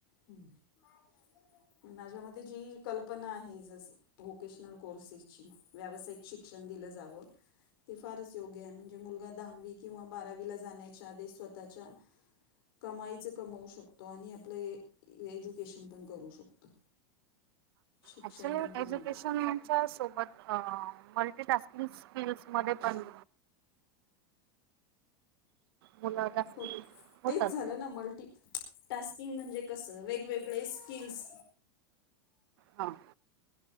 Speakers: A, on the left (about 70°); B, on the right (about 70°).
A: हम्म माझ्या मध्ये जी कल्पना आहे जसं व्होकेशनल कोर्सेसची व्यावसायिक शिक्षण दिलं जावं. ते फारच योग्याय म्हणजे मुलगा दहावी किंवा बारावीला जाण्याच्या आधी स्वतःच्या कमाईच कमवू शकतो आणि आ आपलंय एज्युकेशन पण करू शकतो. शिक्षण
B: अच्छ
A: पण पूर्ण
B: एज्युकेशन.
A: करू
B: च्या सोबत अं मल्टीटास्किंग स्किल्स मध्ये पण मुलं जास्ती
A: हो
B: होतात.
A: तेच झालं ना मल्टी टास्किंग म्हणजे कसं वेगवेगळे स्किल्स
B: हा.